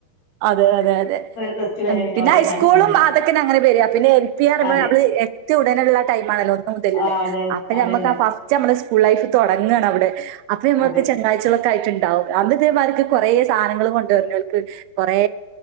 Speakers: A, on the right (about 90°); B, on the left (about 70°).
A: അതെ അതെ അതെ
B: പ്ലസ് ടു വരെ
A: ഉം
B: പിന്നെ
A: പിന്നൈസ്കൂളും
B: ഒരേ ഫ്രണ്ട്സന്നേനു
A: അതൊക്കനെ അങ്ങനെ വരാ പിന്നെ <unintelligible>
B: അതെ
A: നമ്മള് എത്ത്യടനെള്ള ടൈ മുതല്ള്ള
B: ആ അതെ
A: അപ്പ
B: അതന്നെ
A: ഞമ്മക്ക ഫസ്റ്റമ്മടെ സ്കൂൾ ലൈഫ് തുടങ്ങാണവിടെ അപ്പൊമ്മക്ക്
B: അതെ
A: ച <unintelligible> മേക്കായ്റ്റ്ണ്ടാവും അന്ന് തേ മാതിരിക്ക് കൊറെ സാധനങ്ങള് കൊണ്ടേര്ന്നോൽക്ക് കൊറേ